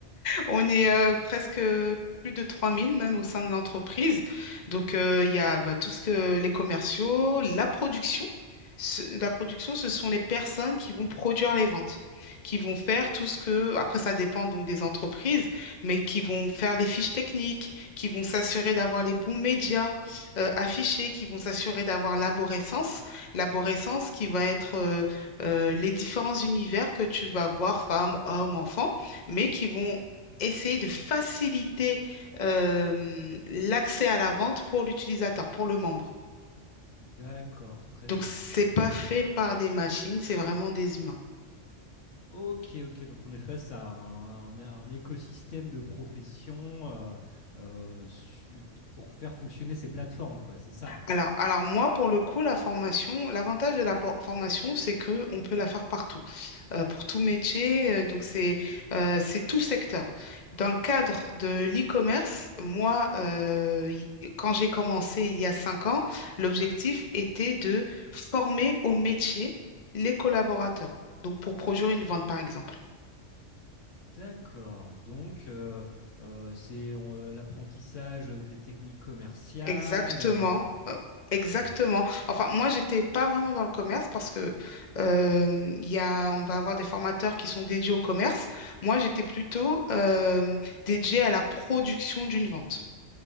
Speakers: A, on the left; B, on the left.
A: On est euh, presque euh, plus de 3000 même au sein de l'entreprise. Donc, euh, il y a bah, tout ce que les commerciaux, la production. Ce- la production, ce sont les personnes qui vont produire les ventes, qui vont
B: Mm.
A: faire tout ce que, après ça dépend donc des entreprises, mais qui vont faire les fiches techniques, qui vont s'assurer d'avoir les bons médias euh, affichés, qui vont s'assurer d'avoir l'aborescence. L'aborescence qui va être euh, euh, les différents univers que tu vas voir, femmes, hommes, enfants mais qui vont essayer de faciliter euh, l'accès à la vente pour l'utilisateur, pour le membre.
B: D'accord, très
A: Donc,
B: bien.
A: c'est pas fait par des machines, c'est vraiment des humains.
B: Ok, ok, donc on est face à un, un- un écosystème de professions euh, euh, su- pour faire fonctionner ces plateformes, quoi, c'est ça.
A: Alors, alors moi, pour le coup, la formation, l'avantage de la por- formation, c'est que on peut la faire partout, euh, pour tout métier. euh, donc, c'est euh, c'est tout secteur. Dans le cadre de l'e-commerce, moi, euh, y- quand j'ai commencé il y a cinq ans, l'objectif était de former au métier les collaborateurs. Donc, pour produire
B: Hmm.
A: une vente, par exemple.
B: D'accord, donc euh, euh, c'est on- euh, l'apprentissage des techniques commerciales.
A: Exactement,
B: euh,
A: euh, exactement.
B: oui.
A: Enfin, moi, j'étais pas vraiment dans le commerce parce que euh, il y a, on va avoir des formateurs qui sont dédiés au commerce. Moi, j'étais plutôt euh, dédiée à la production d'une vente.